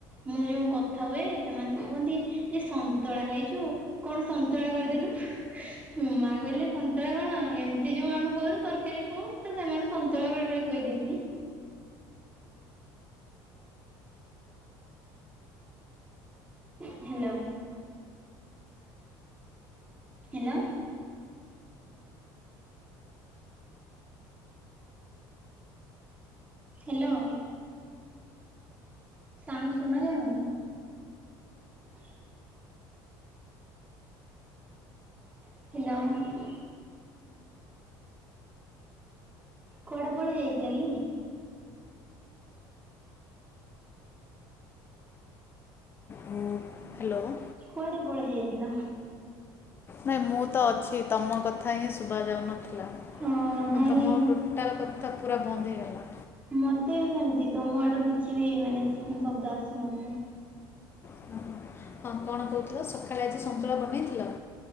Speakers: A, on the right; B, on the left.
A: ମୁଁ ଯୋଉ କଥା ହୁଏ ସେମାନଙ୍କୁ କୁହନ୍ତି ଯେ ସନ୍ତୁଳା ଖାଇଛୁ। କଣ ସନ୍ତୁଳା କରିଦେଲୁ। ହୁ ମା କହିଲେ ସନ୍ତୁଳା କଣ ଏମିତି ଯୋଉ ଆମେ କରୁ ତରକାରୀ କହୁ ତ ସେମାନେ ସନ୍ତୁଳା ବେଳେ ବେଳେ କହିଦିଅନ୍ତି। ହ୍ୟାଲୋ ହ୍ୟାଲୋ ହ୍ୟାଲୋ ସାଉଣ୍ଟ ଶୁଣା ଯାଉନି। ଆ ହ୍ୟାଲୋ କୁଆଡେ ପଳେଇ ଯାଇଥିଲ କି।
B: ହ ହ୍ୟାଲୋ।
A: କୁଆଡେ ପଳେଇ ଯାଇଥିଲ।
B: ନାଇଁ ମୁଁ ତ ଅଛି ତମ କଥା ହିଁ ଶୁଭା ଯାଉନଥିଲା
A: ଅ ନାଇଁ
B: ତମ ହଠାତ୍ କଥା ପୁରା ବନ୍ଦ ହେଇଗଲା।
A: ମତେ ବି ସେମିତି ତ ମ ଆଡୁ କିଛି ବି ମାନେ ଶବ୍ଦ ଆସୁନଥିଲା।
B: ଓହୋ। ହଁ କଣ କହୁଥିଲ ସକାଳେ ଆଜି ସନ୍ତୁଳା ବନେଇଥିଲ।